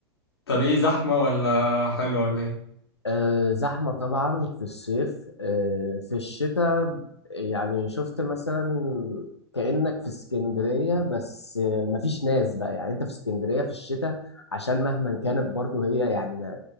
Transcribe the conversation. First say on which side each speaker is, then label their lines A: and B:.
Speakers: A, on the left; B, on the left.
A: طب ايه زحمة ولا حلو ولا ايه؟
B: أه زحمه طبعا في الصيف أه في الشتاء يعني شفت مثلا كانك في اسكندريه بس آه، مفيش ناس بقى يعني انت في اسكندريه في الشتاء عشان مهما كانت برضو هي يعني م-